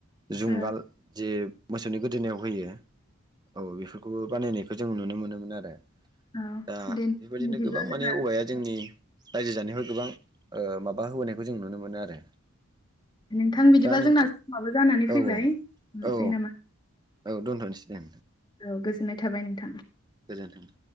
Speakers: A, on the right (about 20°); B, on the left (about 20°).
A: जुंगाल
B: औ
A: जे मोसौनि गोदोनायाव होयो औ बेफोरखौबो बानायनाय बे जों नुनो मोनोमोन आरो
B: औ
A: दा
B: दे
A: बेबायदिनो
B: बिदिब्ला
A: गोबां
B: जोंना
A: माने औवाया जोंनि रायजो जानायाव गोबां ओ माबा होबोनायखौ जों नुनो मोनो आरो
B: नोंथां बिदिबा
A: दा नोंथां
B: जोंना समाबो जानानै
A: औ
B: फैबाय दोननोसै
A: औ
B: नामा
A: औ दोनथ'नोसै दे
B: औ गोजोननाय थाबाय नोंथां
A: गोजोनथों